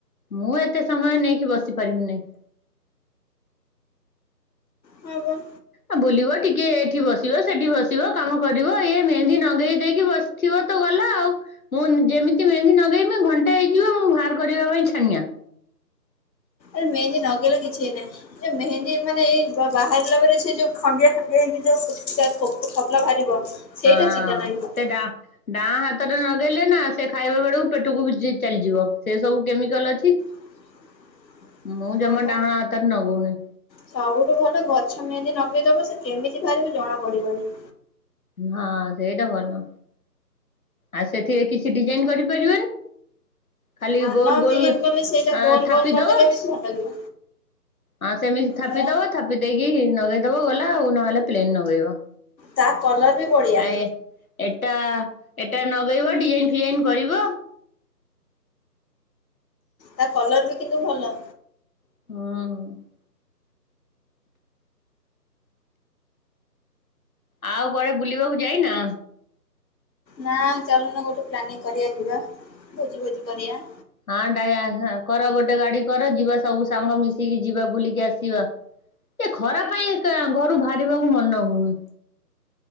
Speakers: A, on the left; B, on the left.
A: ମୁଁ ଏତେ ସମୟ ନେଇକି ବସି ପାରିବି ନାହିଁ।
B: ହୁଁ ହୁଁ।
A: ଆ ବୁଲିବ ଟିକେ ଏଠି ବସିବ ସେଠି ବସି ଥିବ କାମ କରିବ। ଇଏ ମେହେନ୍ଦି ନଗେଇ ଦେଇକି ବସିଥିବ ତ ଗଲା ଆଉ ମୁଁ ଯେମିତି ମେହେନ୍ଦି ନଗାଇମି ଘଣ୍ଟା ହେଇଯିବ ମୁଁ ବାହାର କରିବା ପାଇଁ ଛାନିଆ।
B: ଏ ମେହେନ୍ଦି ନଗେଇଲେ କିଛି ନାହିଁ। ସେ ମେହେନ୍ଦୀ ମାନେ ଏଇ ବାହାରିଲା ପରେ, ସେ ଯୋଉ ଖଣ୍ଡିଆ ଖଣ୍ଡିଆ ହେଇକି ଯୋଉ ଖୋପ ଖପଲା ବାହାରିବ। ସେଇଟା
A: ହଁ
B: ଚିଡା ଲାଗେ ମତେ
A: ସେଟା ଡାଁହଣ ହାତରେ ନଗେଇଲେ ନା ସେ ଖାଇବା ବେଳକୁ ପେଟକୁ ଯି ଚାଲିଯିବ। ସେ ସବୁ କେମିକାଲ ଅଛି।
B: <inaudible>
A: ମୁଁ
B: ହଁ
A: ଜମା
B: ପା
A: ଡାହାଣ ହାତରେ ନଗଉନି।
B: ସବୁଠୁ ଭଲ, ଗଛ ମେହେନ୍ଦି ନଗେଇଦବ ସେ କେମିତି ବାହାରିବ ଜଣା ପଡିବନି।
A: ହଁ ସେଇଟା ଭଲ। ଆ ସେଥିରେ କିଛି ଡିଜାଇନ କରିପାରିବନି। ଖାଲି
B: ଧାନ
A: ଗୋଲ ଗୋଲ
B: ଡିଜାଇନ କଲେ ସେଇଟା ଗୋଲ
A: ଥାପିଦବ।
B: ଗୋଲ କରିଦେଲେ ବି ଭଲ ଲାଗିବ
A: ହଁ ସେମିତି ଥାପିଦବ
B: ହେ
A: ଥାପି ଦେଇକି ନଗେଇଦବ ଗଲା। ଆଉ ନହେଲେ ପ୍ଲେନ ନଗେଇବ।
B: ତା କଲର ବି ବଢିଆ।
A: ଆ ଏ ଏଟା ଏଟା ଲଗେଇବ ଡିଜାଇନ ଫିଜାଇନ କରିବ।
B: ତା କଲର ବି କିନ୍ତୁ ଭଲ।
A: ହଁ। ଆଉ କୁଆଡ଼େ ବୁଲିବାକୁ ଯାଇନା?
B: ନା ଚାଲୁନ ଗୋଟେ ପ୍ଲାନିଂ କରିବା ଯିବା ଭୋଜି ଫୋଜି କରିବା?
A: ହଁ ଟ କର ଗୋଟେ ଗାଡି କର ଯିବା ସବୁ ସାଙ୍ଗ ମିସି ମିଶିକି ଯିବା ବୁଲିକି ଆସିବା ଏ ଖରା ପାଇଁ ଘରୁ ବାହାରିବାକୁ ମନ ହଉନି।